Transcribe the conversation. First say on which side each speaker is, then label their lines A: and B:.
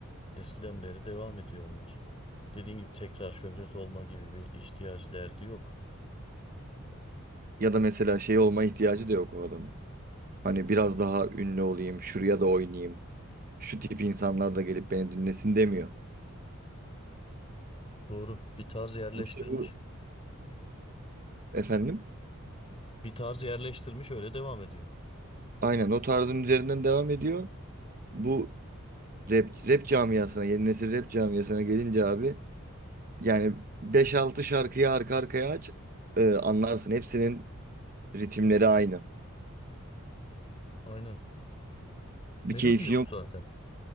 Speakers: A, on the left; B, on the right.
A: eskiden beri devam ediyor onlar. Dediğin gibi tekrar şöhret olma gibi bir ihtiyacı derdi yok.
B: Ya da mesela şey olma ihtiyacı da yok o adamın. Hani biraz daha ünlü olayım, şuraya da oynayayım. Şu tip insanlar da gelip beni dinlesin demiyor.
A: Doğru. Bir tarz yerleştirmiş.
B: İşte bu efendim.
A: Bir tarz yerleştirmiş öyle devam ediyor.
B: Aynen o tarzın üzerinden devam ediyor. Bu rap, rap camiasına, yeni nesil rap camiasına gelince abi Yani beş altı şarkıyı arka arkaya aç, e, anlarsın. Hepsinin ritimleri aynı.
A: Aynen.
B: Bir
A: Melodi
B: keyfi
A: yok
B: yok.
A: zaten.